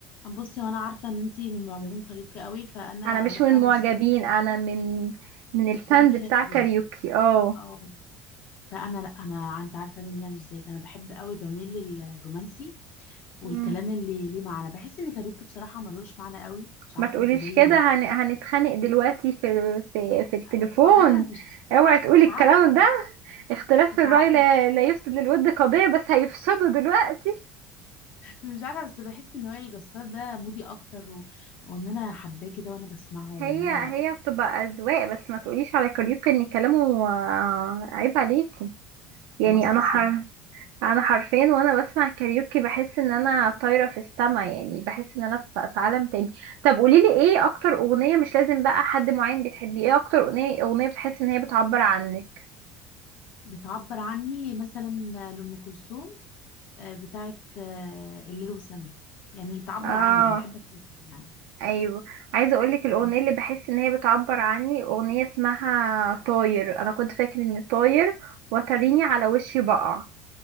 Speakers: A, on the left; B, on the right.
A: بصي وانا عارفه ان انتي من معجبين كاريوكي قوي فانا
B: انا مش
A: لا
B: من معجبين
A: مش زيك
B: انا من من الفانز
A: كنت بيك فان
B: بتاع
A: ليهم
B: كاريوكي اه
A: اه فانا لا انا انت عارفه ان انا مش زيك انا بحب قوي بميل للرومانسي والكلام
B: مم.
A: اللي ليه معنى بحس ان كاريوكي بصراحه ملوش معنى قوي مش عارفه
B: ما تقوليش
A: انت زيي
B: كده
A: ولا ايه
B: هن... هنتخانق دلوقتي في في
A: ما هو
B: في التليفون
A: ما هو انا مش
B: اوعي تقولي
A: مش
B: الكلام
A: عارفه
B: ده اختلاف
A: مش
B: في الرأي
A: عارفه
B: لا, لا يفسد للود قضية بس هيفسدوا دلوقتي
A: مش عارفه بس بحس ان وائل الجسار ده مودي اكتر و... وان انا حباه كده وانا بسمعه وان
B: هي
A: انا
B: هي بتبقى أذواق بس ما تقوليش على كاريوكا ان كلامه آه، عيب عليكي يعني
A: خلاص
B: انا
A: اسفه
B: حر انا حرفين وانا بسمع كاريوكي بحس ان انا طايرة في السما يعني بحس ان انا في في عالم تاني طب قوليلي ايه اكتر اغنية مش لازم بقى حد معين بتحبيه ايه اكتر اغنية اغنية بتحس ان هي بتعبر عنك
A: بتعبر عني مثلا لأم كلثوم آه، بتاعت آه، الليل والسماء يعني مش بتعبر
B: اه
A: عني انا بحب اسمعها يعني
B: ايوه عايزه اقولك الاغنيه
A: مم.
B: اللي بحس ان هي بتعبر عني اغنيه اسمها طاير انا كنت فاكر ان طاير وتريني على وشي بقع